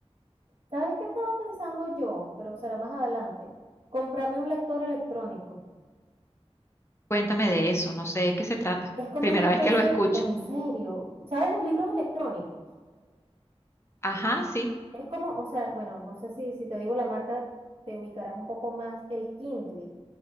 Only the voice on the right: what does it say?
¿Sabes qué estaba pensando yo? Pero será más adelante. Comprarme un lector electrónico.
Es como
una especie,
en serio, ¿sabes los libros electrónicos?
Es como, o sea, bueno, no sé si, si te digo la marca, te ubicarás un poco más. El Kindle,